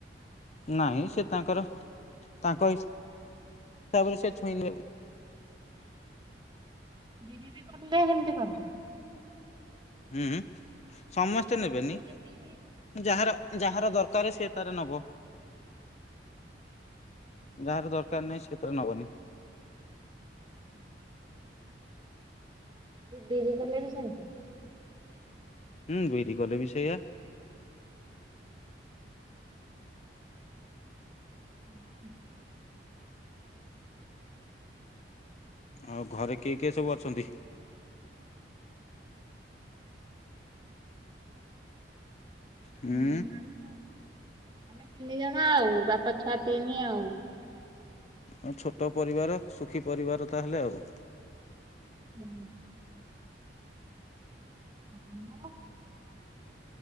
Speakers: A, on the left; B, on the right.
A: ନାଇଁ, ସେ ତାଙ୍କର ତାଙ୍କ ହିସା ହିସାବରେ ସେ ଛୁଇଁ ନେଉ।
B: ବିରି ବି କରିଲେ ହେମତି କରୁଛ?
A: ହୁଁ, ସମସ୍ତେ ନେବେନି।
B: କହିଲି ବିରି
A: ଯାହାର ଯାହାର ଦରକାର, ସେ ତାର ନବ। ଯାହାର, ଦରକାର ନାହିଁ, ସିଏତ ନବନି।
B: ହୁଁ। ବିରି କଲେ ବି ସେମିତି!
A: ହୁଁ, ବରି କଲେ ବି ସେଇଆ।
B: ଉ ହୁଁ।
A: ଆଉ, ଘରେ କିଏ କିଏ ସବୁ ଅଛନ୍ତି? ହୁଁ
B: ତିନିଜନ ଆଳୁ ଆମେ ତିନି ଜଣ ଆଉ, ବାପ ଛୁଆ ତିନି ଆଉ।
A: ଆ, ଛୋଟ ପରିବାର ସୁଖୀ ପରିବାର ତାହେଲେ, ଆଉ।
B: ହୁଁ। <inaudible>